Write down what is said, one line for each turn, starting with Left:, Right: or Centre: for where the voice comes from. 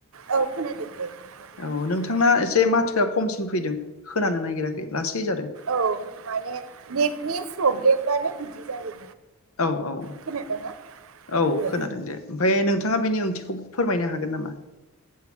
Right: औ खोनादों। नोंथां
Left: औ नोंथांना
Right: बुंनायसै
Left: एसे माथोआ खमसिन फैदों खोनानो नागिराखै लासै जादों।
Right: औ माने नेटनि प्रब्लेमबानो बिदि जायो।
Left: औ औ
Right: खोनादोंना
Left: औ
Right: दे
Left: खोनादों दे। ओमफ्राय नोंथाङा बेनि ओंथिखौ फोरमायनो हागोन नामा?